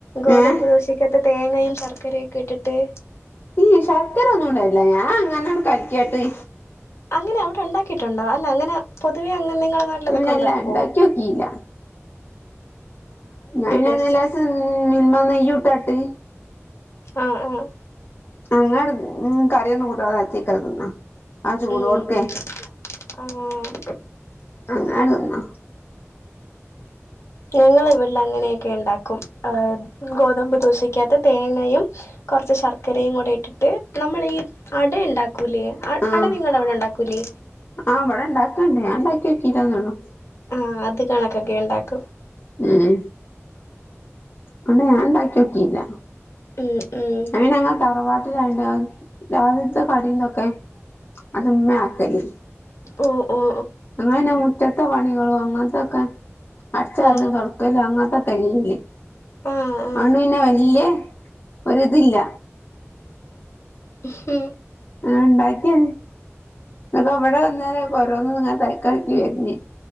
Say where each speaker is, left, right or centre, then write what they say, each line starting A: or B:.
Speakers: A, on the left (about 60°); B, on the left (about 45°).
A: ഗോതമ്പ്
B: ഏഹ്
A: ദോശ ത്ത് തേങ്ങയും ശർക്കരയൊക്കെ ഇട്ടിട്ട്
B: ഈ ശർക്കരൊന്നു ഇടെലില്ല. ഞാ അങ്ങനട് കഴ്ക്കാട്ടി
A: അങ്ങ്നെ അവ്ടെ ണ്ടാക്കിട്ടുണ്ടൊ? അല്ല അങ്ങനെ പൊതുവെ അങ്ങനെ നിങ്ങള നാട്ടിലതൊക്കെ
B: ഇല്ലല്ല
A: ഇണ്ടാക്കോ?
B: ഇണ്ടാക്കിയോക്കിയില്ല ഞന് പിന്നെ
A: ടേസ്റ്റാ
B: ലേസം മിൽമ നെയ്യുട്ടട്ട്
A: ആഹ് ആഹ്
B: <unintelligible> ഉം കറിയൊന്നും കൂട്ടാതെ അച്ച്ക്കാണ് തിന്ന ആഹ് ചൂടോട്ക്കെ.
A: ഉം ആഹ്
B: അങ്ങന തിന്ന
A: ഞങ്ങളെ വ്ടളങ്ങനെയൊക്കെ ഇണ്ടാക്കും. ഗോതമ്പ് ദോശക്കകത്ത് തേങ്ങയും കൊർച്ച് ശർക്കരേം കുടെ ഇട്ടിട്ട്, നമ്മളീ അട ഇണ്ടാക്കൂലേ?
B: ആഹ്
A: അട നിങ്ങടെ അവ്ടെ ഇണ്ടാക്കൂലെ?
B: ആഹ് വടെ ഇണ്ടാക്ക്ണ്ട്. ഞാൻ ഇണ്ടാക്ക്യോക്കീട്ടെന്നൊള്ളു.
A: ആഹ് അത് കണകൊക്കെ ഇണ്ടാക്കും
B: ഏഹ് അട ഞാൻ ഇണ്ടാക്ക്യോക്കീല്ല.
A: ഉം ഉം
B: അവ് പിന്നെ ഞങ്ങളെ തറവാ രണ്ട് രാവില്ത്തെ കടീതൊക്കെ. അത് മ്മേ ആക്കല്
A: ഓഹ് ഓഹ്
B: അങ്ങനെ മുറ്റത്തെ പണികളും അങ്ങൻത്തൊക്കെ അട്ച്ചാരലും
A: ആ
B: തൊടക്കലും. അങ്ങൻതൊക്കെ <unintelligible>
A: ആ ആ
B: അതോണ്ട് പിന്നെ വല്യെ ഒര്തില്ല
A: മ്ഹൂ
B: ആഹ് ഇണ്ടാക്കി. അപ്പൊ ഇവടെ ഇന്നലെ, കൊരോന്ന് ങ്ങനെ പേകാക്കി വര്ന്